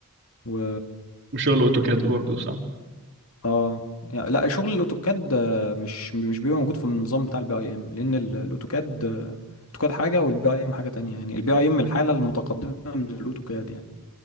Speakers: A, on the left; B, on the right.
A: و
B: وشغل أوتوكاد برضه صح؟
A: اه يعني لا شغل الاوتوكاد آه، مش مش بيبقى موجود في النظام بتاع البي اي ام لان ال- الاوتوكاد آه، الاوتوكاد حاجه والبي اي ام حاجه تانية يعني البي اي ام الحاله المتقدمه من الاوتوكاد يعني